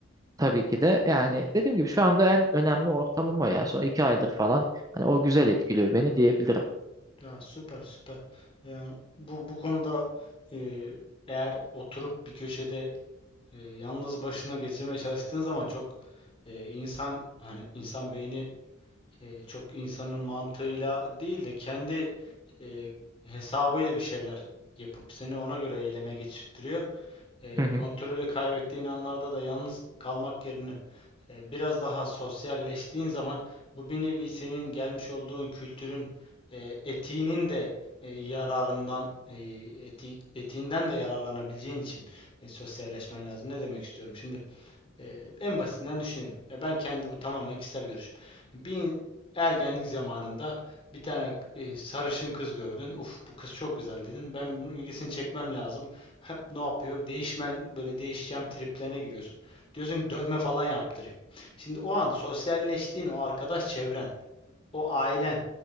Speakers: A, on the right; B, on the left.
A: tabii ki de. Yani dediğim gibi şu anda en önemli ortamım o ya. Son iki aydır falan. Hani o güzel etkiliyor beni diyebilirim.
B: Ya süper süper. Yani bu bu konuda e, eğer oturup bir köşede e, yalnız başına geçirmeye çalıştığın zaman çok e, insan hani insan beyni e, çok insanın mantığıyla değil de kendi e, hesabıyla bir şeyler yapıp seni ona göre eyleme geçirtiyor. E,
A: <laughs>
B: kontrolü kaybettiğin anlarda da yalnız kalmak yerine e, biraz daha sosyalleştiğin zaman bu bir nevi senin gelmiş olduğun kültürün e, etiğinin de e, yararından e, eti- etiğinden de yararlanabileceğin için e, sosyalleşmen lazım. Ne demek istiyorum? Şimdi ee, en basitinden düşünelim. Ya ben kendi bu tamamen kişisel görüşüm. Bir ergenlik zamanında bir tane e, sarışın kız gördün. Uf bu kız çok güzel dedin. Ben bunun ilgisini çekmem lazım. Hep ne yapıyor? Değişmen böyle değişeceğim triplerine giriyorsun. Diyorsun ki dövme falan yaptırayım. Şimdi o an sosyalleştiğin o arkadaş çevren, o ailen